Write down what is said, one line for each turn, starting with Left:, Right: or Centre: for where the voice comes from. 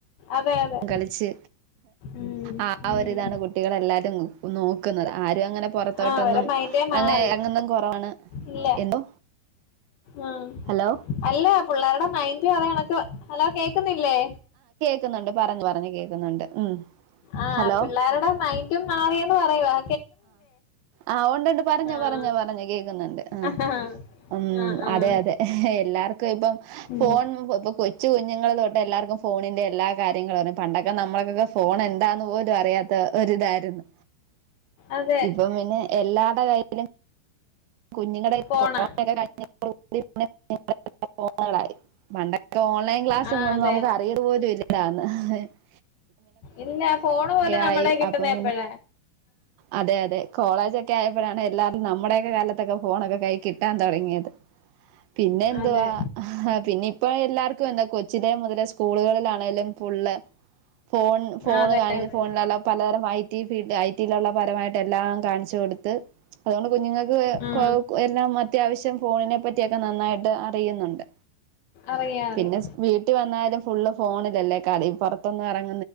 Left: അതെ അതെ
Right: കളിച്ച്
Left: ഉം
Right: ആ
Left: ഉം
Right: ഒരിതാണ് കു കുട്ടികളെല്ലാവരും നോക്കുന്നു ക്കുന്നത് ആർ അങ്ങനെ പുറത്തോട്ടൊന്നും
Left: ആ അവരെ മൈൻഡേ മാറി
Right: അങ്ങനെ അങ്ങന്നും കുറവാണ്
Left: ഇല്ല
Right: എന്തോ
Left: ഉം
Right: ഹലോ
Left: അല്ല പിള്ളേരുടെ മൈൻഡ് അത് കണക്ക് ഹലോ കേൾക്കു ന്നില്ലേ
Right: ക്കുന്നുണ്ട് <inaudible> പറഞ്ഞു കേൾക്കുന്നുണ്ട് ഉം
Left: ആ
Right: ഹലോ
Left: പിള്ളേരുടെ മൈന്റും മാറിയന്ന് പറയവാ.
Right: ആഹ് ഉണ്ടണ്ട്
Left: ആഹ്
Right: പറഞ്ഞോ കേൾക്കുന്നുണ്ട്. ആ
Left: ആഹ്
Right: ഉം
Left: ആഹ്
Right: അതെ അതെ എല്ലാവർ ക്കും <unintelligible>
Left: ഉം
Right: ഫോൺ ഇപ്പം കൊച്ചു കുഞ്ഞുങ്ങള് തൊട്ട് - എല്ലാർക്കും ഫോണിന്റെ കാര്യങ്ങളും അറിയാം. പണ്ടൊക്കെ നമ്മൾക്കൊക്കെ ഫോൺ എന്താന്ന്പോലും അറിയാത്ത പോലും അറിയാത്ത ഒരിതായിരുന്നു
Left: അതെ
Right: ഇപ്പം പിന്നെ എല്ലാടെ കയ്യിലും- കുഞ്ഞുങ്ങളുടെ
Left: ഫോണാ
Right: കൊറോണയൊക്കെ കഴിഞ്ഞതോട് കൂടി പിന്നെ- <inaudible> ഫോണുകളായി പണ്ടൊക്കെ ഓൻലൈൻ ക്ലാസ്
Left: ആ
Right: ഒന്നൊന്നും
Left: അതെ
Right: നമുക്ക്
Left: അതെ
Right: അറിയതുപോലും ഇല്ല <unintelligible>
Left: ഇല്ല ഫോണ് പോലും
Right: ആയി
Left: നമ്മുടെ കിട്ടുന്നത്
Right: അപ്പം പിന്നെ
Left: എപ്പഴ
Right: അതെ അതെ കോളേജൊക്കെ ആയ <unintelligible> എല്ലാരും നമ്മുടെയൊക്കെ കാലത്തൊക്ക ഫോണൊക്കെ- കൈ കിട്ടാൻ തുടങ്ങിയത് പിന്നെ എന്തുവാ
Left: അതെ
Right: പിന്നെ ഇപ്പ എല്ലാർക്കും എന്താ കൊച്ചിലെ മുതലേ സ്കൂളുകളിലാണെലും ഫുള്ള് ഫോൺ
Left: അതെ
Right: കാണിച്ച
Left: അതെ
Right: ഫോണി <unintelligible> പലതരമായി- <unintelligible> ഡിപി ഇട്ട് <inaudible> നിയമപരമായിട്ട് എല്ലാം കാണിച്ചു കൊടുത്ത് അതുകൊണ്ട് <unintelligible> കുഞ്ഞുങ്ങൾക്ക്
Left: ആ
Right: എല്ലാം അത്യാവശ്യം ഫോണിനെ പറ്റിയൊക്കെ നന്നായിട്ട് അറിയുന്നുണ്ട്
Left: അറിയാം അറിയാം
Right: പിന്നെ വീട്ടിൽ വന്നാലും- ഫുള്ള് ഫോണിലല്ലേ കളി പുറത്തോന്നും ഇറങ് -